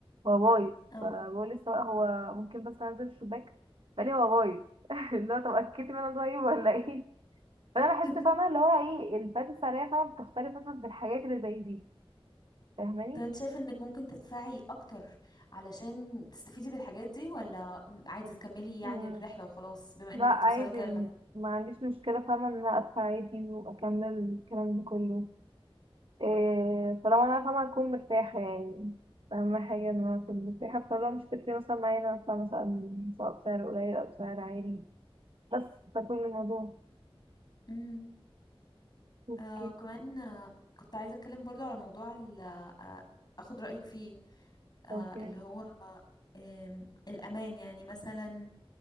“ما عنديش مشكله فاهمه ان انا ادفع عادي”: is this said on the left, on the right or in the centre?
Right